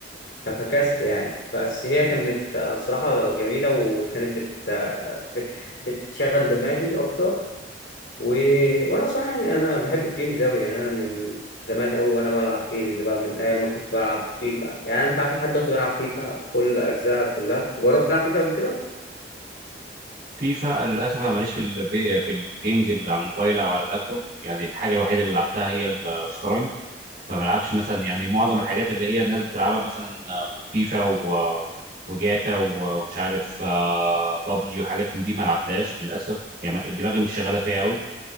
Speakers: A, on the left (about 65°); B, on the right (about 55°).
A: ففكست يعني بس هي كانت آه، صراحه جميله وكانت بت... آه، بت... بتشغل دماغي اكتر و... وانا صراحه يعني انا بحب الجيمز قوي يعني انا من زمان قوي وانا بلعب جيمز بقى من ايام ما كنت بلعب فيفا يعني انت عارف لحد دلوقتي بلعب فيفا كل اجزاء كلها جربت تلعب فيفا قبل كده
B: فيفا للأسف أنا ماليش في ال في الجيمز اللي على الموبايل أو على اللابتوب يعني الحاجة الوحيدة اللي لعبتها هي الشطرنج فما بلعبش مثلا يعني معظم الحاجات اللي هي الناس بتلعبها مثلا آه، فيفا و وجاتا و- ومش عارف آه، بابجي وحاجات من دي ما لعبتهاش للأسف يعني دماغي مش شغالة فيها أوي